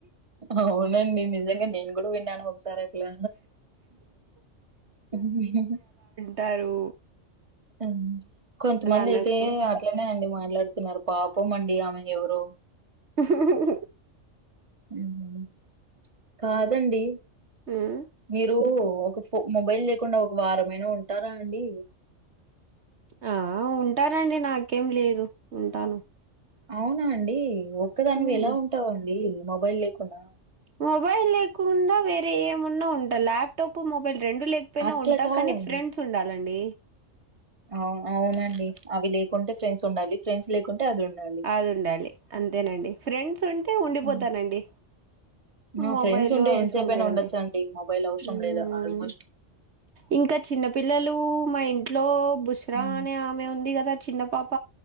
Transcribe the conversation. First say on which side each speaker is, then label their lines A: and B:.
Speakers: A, on the right; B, on the right.
A: అవునండి నిజంగా నేను గూడా విన్నాను ఒకసారి అ ట్లా ఉహ్ ఉహు
B: టారు
A: ఆ కొంతమంది
B: అనకూడదు
A: అయితే అట్లనే అండి మాట్లాడుతున్నారు పాపం అండి ఆమె ఎవరో
B: ఉహు ఉహు హు హు
A: ఉమ్ కాదండి
B: ఉమ్
A: మీరు ఒక ఫో మొబైల్ లేకుండా ఒక వారమైనా ఉంటారా అండి
B: ఆ ఉంటానండి నాకేం లేదు ఉంటాను
A: అవునా అండి ఒక్కదానివి
B: హ్మ్
A: ఎలా ఉంటావు అండి మొబైల్ లేకుండా
B: మొబైల్ లేకుండా వేరే ఏమున్నా ఉంటా ల్యాప్టాప్ మొబైల్ రెండు లేక్ పోయినా
A: అట్లా
B: ఉంటా
A: కాదండి
B: కానీ ఫ్రెండ్స్ ఉండాలండి
A: ఆవ్ అవునండి అవి లేకుంటే ఫ్రెండ్స్ ఉండాలి ఫ్రెండ్స్ లేకుంటే అది ఉండాలి
B: అది ఉండాలి అంతేనండి ఫ్రెండ్స్ ఉంటే ఉండిపోతానండి
A: ఉమ్ మా
B: మొబైల్
A: ఫ్రెండ్స్ ఉంటే
B: అవసరం
A: ఎంతసేపైనా
B: లేదండి
A: ఉండొచ్చడి మొబైల్ అవసరం
B: హ్మ్
A: లేదు ఆల్మోస్ట్
B: ఇంకా చిన్న పిల్లలు మా ఇంట్లో బుస్రా
A: ఉమ్.
B: అనే ఆమె ఉంది గదా చిన్న పాప